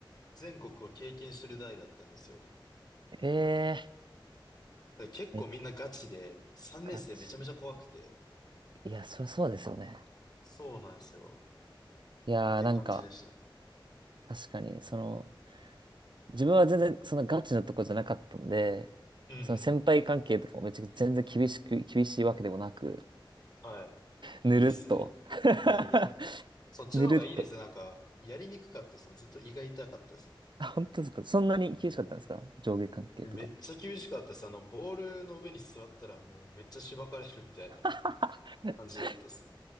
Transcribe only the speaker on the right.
へえ
めっ
かち、いや、そ、そうですよね。
いやー、
なんか、確かに、その、自分は全然、そのガチのとこじゃなかったんで、
その先輩関係とかもめちゃくちゃ全然厳しく、厳しいわけでもなく、
ぬるっと。
<laughs>
ぬるっと。
あ、本当ですかそんなに厳しかったんですか上下関係とか。
<laughs>